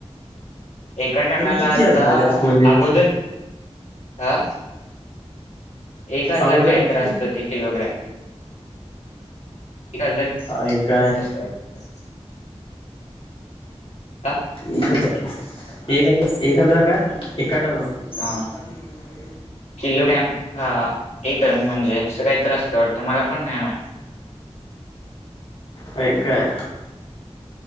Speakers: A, on the left (about 85°); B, on the left (about 55°).
A: एका टनाला
B: किती
A: आता
B: अंदाजे असतो म्हणजे
A: अगोदर, हं? एक हजार
B: अगोदर
A: काय
B: किती
A: तर असत ते किलोग्रॅम. एक हजार,
B: आहे काय
A: असत वाटतं. हा
B: एक हजार. एक हजार एक हजार काय? <inaudible>
A: हा, किलोग्रॅम हा एक टन म्हणजे असं काय तर असतं वाटतं, मला पण नाही माहित.
B: व्हय काय.